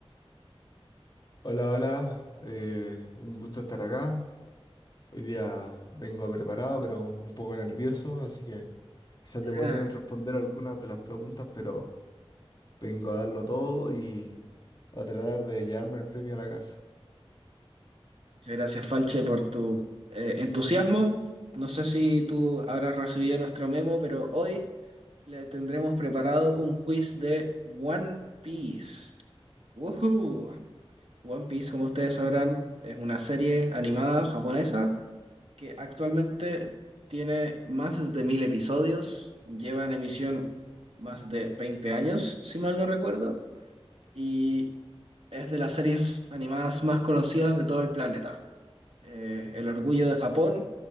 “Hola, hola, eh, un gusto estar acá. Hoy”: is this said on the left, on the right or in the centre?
Left